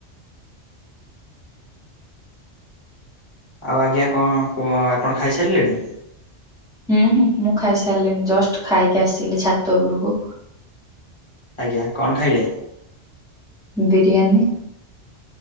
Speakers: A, on the left; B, in the centre.
A: ଆଉ ଆଜ୍ଞା କଣ କୁହ ଆପଣ ଖାଇସାରିଲେଣି?
B: ହୁଁ ହୁଁ ମୁଁ ଖାଇସାରିଲିଣିି ଜଷ୍ଟ ଖାଇକି ଆସିଲି ଛାତ ଉପରକୁ
A: ଆଜ୍ଞା କଣ ଖାଇଲେ?
B: ବିରିୟାନୀ।